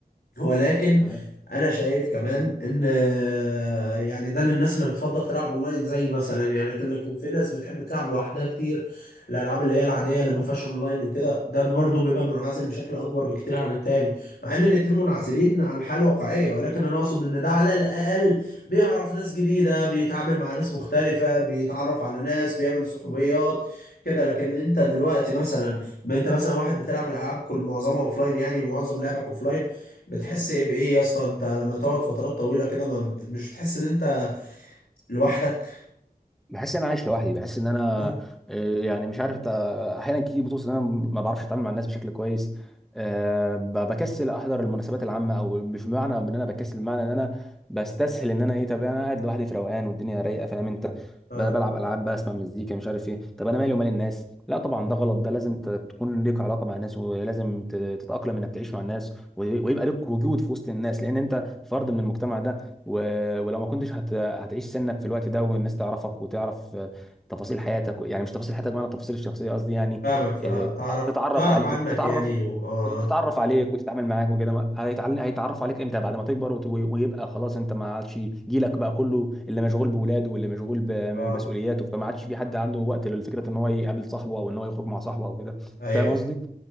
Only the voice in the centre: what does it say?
آه.
بحس ان انا عايش لوحدي بحس ان انا
آه، يعني مش عارف أت- احيانا كتير بتوصل ان انا ما بعرفش اتعامل مع الناس بشكل كويس آه، ب- بكسل احضر المناسبات العامه او مش معنى ان انا بكسل معنى ان انا بستسهل ان انا ايه طب انا قاعد لوحدي في روقان والدنيا رايقه فاهم انت
ب- بلعب العاب بقى اسمع مزيكا مش عارف ايه طب انا مالي ومال الناس لا طبعا
ده غلط ده لازم ت- تكون ليك علاقه مع الناس ولازم ت- تتاقلم انك تعيش مع الناس ويبقى لك وجود في وسط الناس لان انت فرد من المجتمع ده و... ولو ما كنتش هت... هتعيش سنك في الوقت ده والناس تعرفك وتعرف آه، تفاصيل حياتك يعني مش تفاصيل حياتك بمعنى التفاصيل الشخصيه قصدي يعني
يعني
تتعرف
على
تتعرف
تتعرف عليك وتتعامل معاك وكده ما- هيتعل... هيتعرفوا عليك امتى بعد ما تكبر وت... ويبقى خلاص انت ما عادش جيلك بقى كله اللي مشغول بولاده واللي مشغول ب-
بمسؤولياته فما عادش في حد عنده وقت لفكره ان هو يقابل صاحبه او ان هو يخرج مع صاحبه او كده
فاهم
قصدي؟